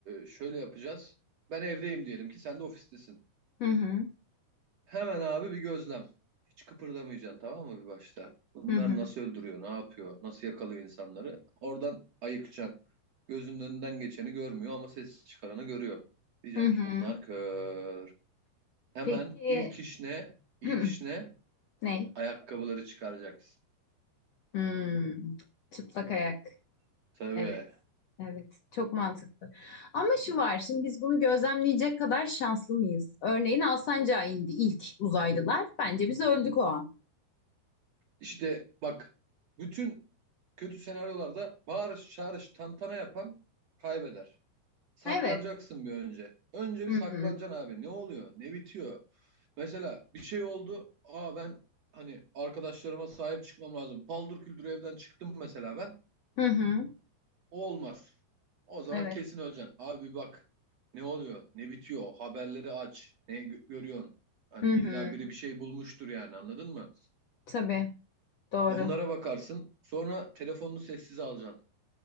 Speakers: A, on the right (about 55°); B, on the left (about 65°).
A: şöyle yapacağız. Ben evdeyim diyelim ki sen de ofistesin.
B: Hı hı,
A: Hemen abi bir gözlem. Hiç kıpırdamayacaksın tamam mı bir başta? Bunlar
B: hı hı,
A: nasıl öldürüyor, ne yapıyor, nasıl yakalıyor insanları? Oradan ayıkacaksın. Gözünün önünden geçeni görmüyor ama ses çıkaranı görüyor. Diyeceksin
B: hı hı.
A: ki bunlar kör. Hemen
B: Peki,
A: ilk iş ne? İlk
B: hı,
A: iş ne?
B: ne?
A: Ayakkabıları çıkaracaksın.
B: Hmm, çıplak ayak.
A: Tabii.
B: Evet, evet. Çok mantıklı. Ama şu var, şimdi biz bunu gözlemleyecek kadar şanslı mıyız? Örneğin Alsancak'a indi ilk uzaylılar. Bence biz öldük o an.
A: İşte bak bütün Kötü senaryolarda bağırış, çağırış, tantana yapan kaybeder. Saklanacaksın
B: Evet.
A: bir önce. Önce bir
B: Hı
A: saklanacaksın
B: hı,
A: abi. Ne oluyor? Ne bitiyor? Mesela bir şey oldu. Aa ben hani arkadaşlarıma sahip çıkmam lazım. Paldır küldür evden çıktım mesela ben.
B: hı hı.
A: O olmaz. O zaman
B: Evet.
A: kesin öleceksin. Abi bak. Ne oluyor? Ne bitiyor? Haberleri aç. Ne gö- görüyorsun? Hani
B: Hı
A: illa
B: hı.
A: biri bir şey bulmuştur yani anladın mı?
B: Tabii, doğru.
A: Onlara bakarsın. Sonra telefonunu sessize alacaksın.